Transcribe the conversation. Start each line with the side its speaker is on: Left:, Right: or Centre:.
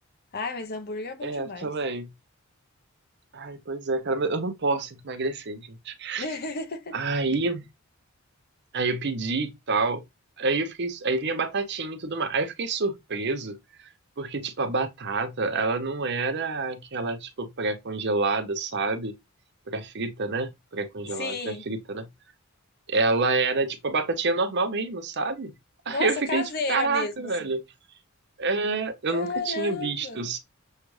Left: Ai, mas hambúrguer é bom
Right: É,
Left: demais.
Right: também. Ai, pois é, cara, mas eu não posso tem que emagrecer, gente.
Left: <laughs>
Right: Aí, aí eu pedi e tal. Aí eu fiquei, aí vinha batatinha e tudo mais. Aí eu fiquei surpreso Porque, tipo, a batata, ela não era aquela, tipo, pré-congelada, sabe? Pré-frita, né? Pré-congelada,
Left: Sim.
Right: pré-frita, né? Ela era, tipo, a batatinha normal mesmo, sabe? <laughs>
Left: Nossa,
Right: Aí eu fiquei,
Left: caseira
Right: tipo, caraca,
Left: mesmo,
Right: velho.
Left: assim.
Right: É, eu
Left: Caramba!
Right: nunca tinha visto.